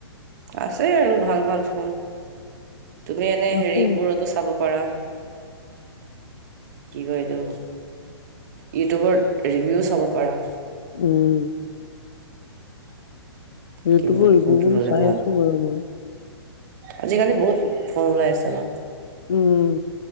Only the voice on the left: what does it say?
আছে
উম ইউটিউবৰ
ইউ
বোলো
চাই
আছো বাৰু মই
উম